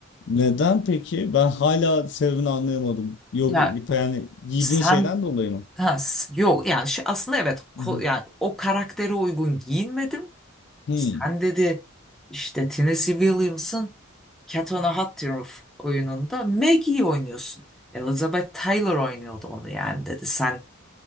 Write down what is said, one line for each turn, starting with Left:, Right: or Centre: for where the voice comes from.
Left: Neden peki? Ben hala sebebini anlayamadım. Yok
Centre: Ya
Left: yani giydiğin
Centre: sen
Left: şeyden dolayı mı?
Centre: ha, s- yok yani şey, aslında evet
Left: Hı
Centre: ko-
Left: hı.
Centre: yani o karaktere uygun giyinmedim.
Left: Hı
Centre: Sen dedi işte Tennessee Williams'ın Cat on a Hot Tin Roof oyununda Maggie'yi oynuyorsun. Elizabeth Taylor oynuyordu onu yani dedi. Sen